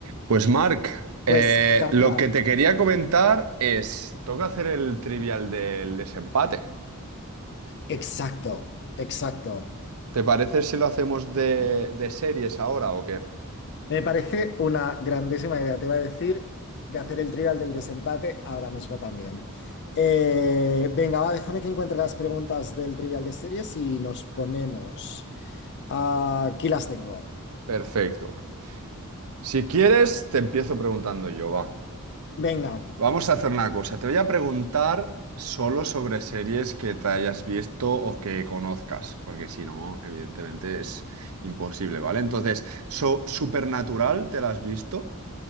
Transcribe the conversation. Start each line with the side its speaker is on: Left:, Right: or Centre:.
Right: Pues Marc,
Left: Pues,
Right: eh,
Left: Carla,
Right: lo que te quería comentar es, toca hacer el trivial del desempate.
Left: exacto, exacto.
Right: ¿Te parece si lo hacemos de, de series ahora o qué?
Left: Me parece una grandísima idea. Te iba a decir de hacer el trivial del desempate ahora mismo también. Eh, venga, va, déjame que encuentre las preguntas del trivial de series y nos ponemos. Ah, aquí las tengo.
Right: Perfecto. Si quieres, te empiezo preguntando yo, va.
Left: Venga,
Right: Vamos a hacer una cosa. Te voy a preguntar solo sobre series que te hayas visto o que conozcas, porque si no, evidentemente es imposible, ¿vale? Entonces, so- Supernatural, ¿te la has visto?